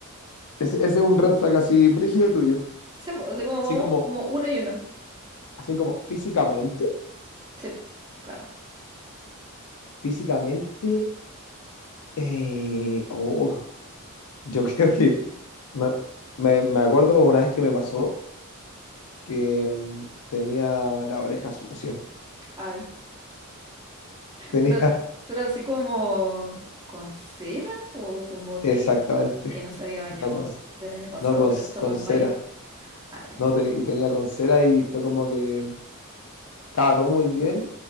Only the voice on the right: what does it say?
Sí, pues, así como
vamos
como uno y uno.
Sí, claro.
Ay,
pero, pero así como con cera o como
de
que no se había bañado
del año pasado,
pero estamos
en
mayo. Ah, ya.